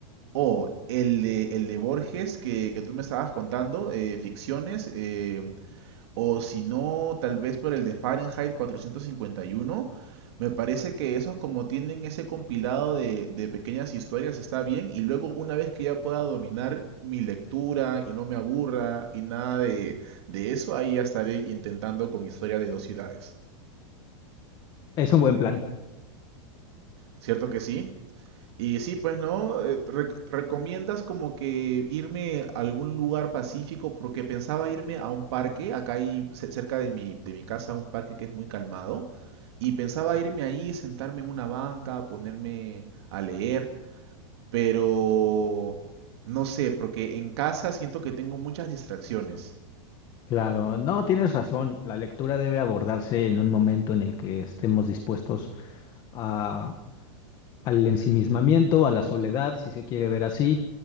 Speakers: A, on the right (about 55°); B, on the left (about 25°).
A: o el de, el de Borges que, que tú me estabas contando, eh, Ficciones, eh, o si no, tal vez por el de Fahrenheit 451. Me parece que esos como tienen ese compilado de, de pequeñas historias está bien y luego una vez que ya pueda dominar mi lectura y no me aburra y nada de, de eso, ahí ya estaré intentando con historia de dos ciudades.
B: Es un buen plan.
A: ¿Cierto que sí? Y sí, pues no, Eh, re- ¿recomiendas como que irme a algún lugar pacífico? Porque pensaba irme a un parque, acá hay ce- cerca de mi, de mi casa un parque que es muy calmado Y pensaba irme ahí, sentarme en una banca, ponerme a leer, pero no sé, porque en casa siento que tengo muchas distracciones.
B: Claro, no, tienes razón. La lectura debe abordarse en un momento en el que estemos dispuestos a, al ensimismamiento, a la soledad, si se quiere ver así,